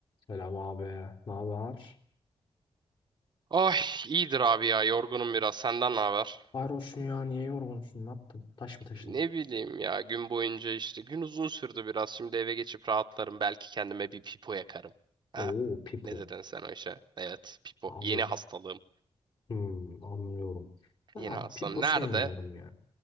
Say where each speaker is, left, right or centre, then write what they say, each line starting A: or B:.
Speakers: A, on the left (about 50°); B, on the right (about 50°).
A: Selam abi. Ne haber?
B: Ay iyidir abi ya yorgunum biraz senden ne haber?
A: Hayrolsun ya. Niye yorgunsun? Ne yaptın? Taş mı taşın?
B: Ne bileyim ya gün boyunca işte gün uzun sürdü biraz şimdi eve geçip rahatlarım belki kendime bir pipo yakarım. Ha?
A: Oo Pipo.
B: Ne dedin sen o işe? Evet pipo
A: Abim.
B: yeni hastalığım
A: Hmm, anlıyorum. Ben
B: yeni
A: abi
B: hastalığım
A: Pipo sevmiyorum
B: nerede?
A: ya.